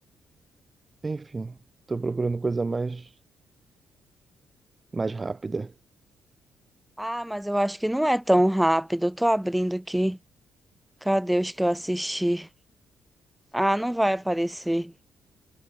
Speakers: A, on the right; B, in the centre.
A: Enfim, tô procurando coisa mais, mais rápida.
B: Ah, mas eu acho que não é tão rápido. Eu tô abrindo aqui. Cadê os que eu assisti? Ah, não vai aparecer.